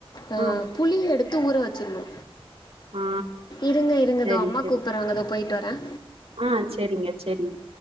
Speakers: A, on the left; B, on the right.
A: அ
B: ஆ
A: புளி எடுத்து ஊற வச்சிற்ணு
B: ஆ
A: இருங்க இருங்க
B: சரி
A: தோ அம்மா
B: சரி
A: கூப்பறாங்க தோ பொய்ட்டு வர
B: ஆ செரிங்க செரிங்க